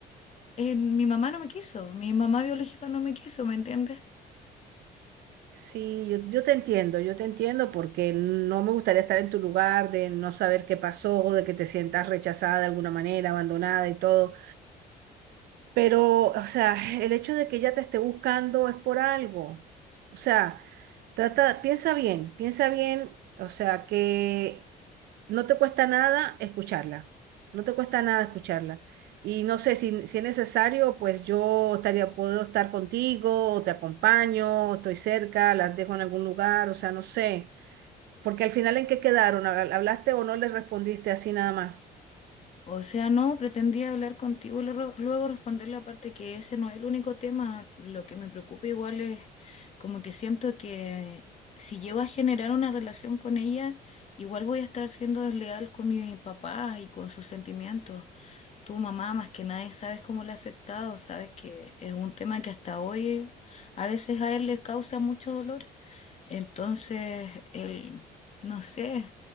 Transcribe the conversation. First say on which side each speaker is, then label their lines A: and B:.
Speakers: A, on the left; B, on the right.
A: eh, mi mamá no me quiso, mi mamá biológica no me quiso, ¿me entiendes?
B: Sí, yo, yo te entiendo, yo te entiendo porque no me gustaría estar en tu lugar, de no saber qué pasó, de que te sientas rechazada de alguna manera, abandonada y todo. Pero, o sea, el hecho de que ella te esté buscando es por algo. O sea, trata, piensa bien, piensa bien, o sea, que no te cuesta nada escucharla. No te cuesta nada escucharla. Y no sé si, si es necesario, pues yo estaría, puedo estar contigo, o te acompaño, o estoy cerca, las dejo en algún lugar, o sea, no sé. Porque al final, ¿en qué quedaron? ¿Hablaste o no les respondiste así nada más?
A: O sea, no, pretendía hablar contigo y luego luego responder la parte que ese no es el único tema. Lo que me preocupa igual es como que siento que si llego a generar una relación con ella, igual voy a estar siendo desleal con mi papá y con sus sentimientos. Tu mamá, más que nadie, sabes cómo le ha afectado, sabes que es un tema que hasta hoy eh, a veces a él le causa mucho dolor. Entonces, él, no sé,